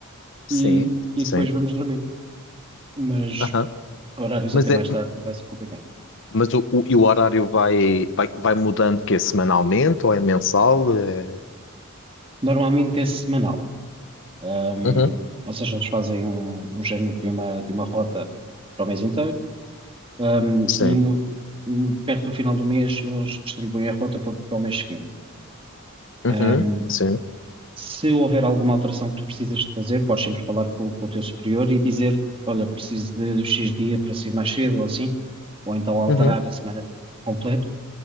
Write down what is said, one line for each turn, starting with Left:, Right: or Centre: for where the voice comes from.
Left: Sim,
Right: e, e
Left: sim.
Right: depois vamos dormir. Mas
Left: Aham.
Right: horários
Left: Mas,
Right: até
Left: é,
Right: mais tarde vai ser complicado.
Left: mas o, o, e o horário vai, vai, vai mudando que é semanalmente ou é mensal? É...
Right: Normalmente é semanal. Ahm,
Left: Uhum.
Right: ou seja, eles fazem um, um género de uma, de uma rota para o mês inteiro, ahm,
Left: Sim.
Right: e no- no- perto do final do mês eles distribuem a rota para, para o mês seguinte.
Left: Uhum.
Right: Ahm,
Left: Sim.
Right: se houver alguma alteração que tu precisas de fazer, podes sempre falar com, com o teu superior e dizer, olha, preciso de X dia para ser mais cedo ou assim, ou então alterar
Left: Uhum.
Right: a semana completa,